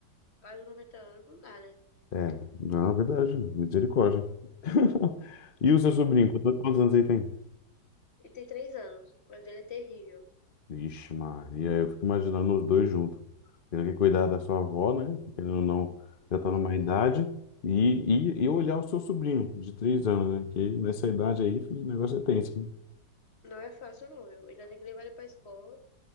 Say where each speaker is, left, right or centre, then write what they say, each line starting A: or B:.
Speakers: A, on the left; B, on the left.
A: quase 90 anos, não dá, né?
B: É, na verdade, misericórdia. <laughs> E o seu sobrinho, quantos quantos anos ele tem?
A: Ele tem três anos, mas ele é terrível.
B: Ixi, Maria, eu fico imaginando os dois juntos. Tendo que cuidar da sua avó, né? Querendo ou não, já tá numa
A: Olha,
B: idade. E, e, e olhar o seu sobrinho de três anos, né? Que nessa idade aí, filho, o negócio é tenso. né?
A: não é fácil, não, viu? Ainda tem que levar ele pra escola.